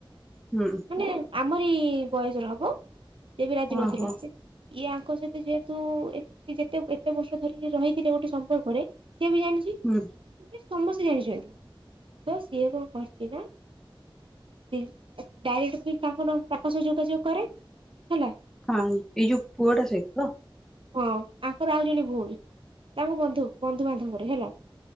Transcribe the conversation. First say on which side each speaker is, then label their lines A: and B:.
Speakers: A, in the centre; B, on the right (about 70°).
A: ହୁଁ ହୁଁ
B: ମାନେ ଆମରି ବୟସ ର ହବ ସେ ବି ରାଜି
A: ଓହୋ
B: ନଥିଲା ସେ ଇଏ ଆଙ୍କ ସହିତ ଯେହେତୁ ଯେତେ ଏତେ ବର୍ଷ ଧରି ରହିଥିଲେ ଗୋଟେ ସମ୍ପର୍କରେ ସିଏ ବି ଜାଣିଚି।
A: ହୁଁ
B: ସମସ୍ତେ ଜାଣିଛନ୍ତି ତ ସିଏ କଣ କରଛି ନା ଡାଇରେକ୍ଟ ବି ତାଙ୍କ ତାଙ୍କ ସହ ଯୋଗାଯୋଗ କରେ ହେଲା।
A: ହଁ ଏଇ ଯୋଉ ପୁଅଟା ସହିତ ତ।
B: ହଁ ତାଙ୍କର ଆଉ ଜଣେ ଭଉଣୀ ତାଙ୍କ ବନ୍ଧୁ ବନ୍ଧୁବାନ୍ଧବରେ ହେଲା।